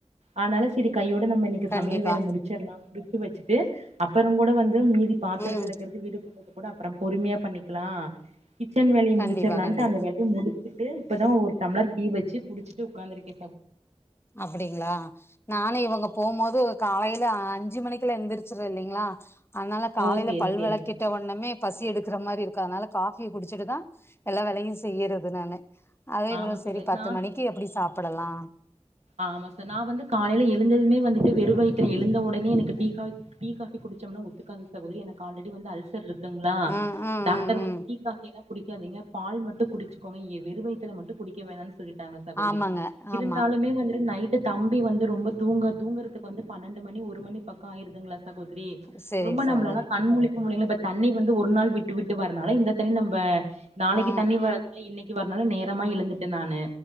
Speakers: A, on the right (about 80°); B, on the left (about 20°).
A: அத்னால செரி கையோ ட நம்ம இன்னைக்கு
B: கண்டிப்பா
A: சமையல் வேல முடிச்சிரலாம் முடிச்சு வச் து அப்பறங் கூட வந் து மீதி பாத்திர
B: ம்
A: விளக்கிறது வீடு கூட் கூட அப்பறமம் பொறுமியா பண்ணிக்லா கிச்சன் வேல
B: கண்டிப்பா
A: முடிச்சர்லான்ட்டு
B: கண்டிப்பா
A: அந்த வேலய முடிச்சிட்டு இப்பதா ஒரு டம்ப்ளர் டீ வெச்சு குடிச்சிட்டு உக்காருந்திருக்கே
B: அப்டிங்ளா நானு இவங்க போமோது காலைல அஞ்சு மணிக்குல எந்திரச்சுற இல்லைங்களா அதனால காலைல
A: ஓ சேரி
B: பல்வளக்கிட்டு
A: சேரிங்
B: ஒன்னமே பசி எடுக்கிற மாரி இருக் கு அதனால காஃபிய குடிச்சிட்டுதா எல்லா வேலயு செய்யறது நானு அத இவ்ளோ
A: ஆமா
B: செரி
A: சகோதரி
B: பத்து
A: நா
B: மணிக்கு எப்டி சாப்படலா
A: ஆமா ச நா வந்து காலைல எழுஞ்சதுமே வந்துட்டு வெறு வைத்துல எலுந்த ஒடனே எனக்கு டீ காப் டீ காஃபி குடிச்சோம்னா ஒத்துக்காது சகோதரி எனக்கு ஆல்ரெடி வந்து அல்சர் ருக் குங்ளா
B: ஆ ஆ
A: டாக்டர்
B: ஆ ம்
A: வந் டீ காபி எல்லா குடிக்காதிங்க பால் மட்டு குடிச்சிகோங்க எ வெறு வயித்துல மட்டு குடிக்க வேணான் சொல்லிட் டாங்க சகோதரி
B: ஆமாங்க
A: இருந்தாலுமே
B: ஆமா
A: வந் து நைட்டு தம்பி வந்து ரொம்ப தூங்க தூங்குறதுக்கு வந்து பன்னண்டு மணி ஒரு மணி பக்கொ ஆயிருதுங்ளா சகோத்ரி
B: சேரி
A: ரொம்ப
B: சகோதரி
A: நம்லாலா கண்முழி முழிங்ள இப்ப தண்ணி வந்து ஒரு நாள் விட்டு விட்டு வரனால இந்த தண்ணி நம்ப நாளைக்கு
B: ஆ
A: தண்ணி வராது இன்னைக்கி கு வரனால நேரமா எழுந்துட்ட நானு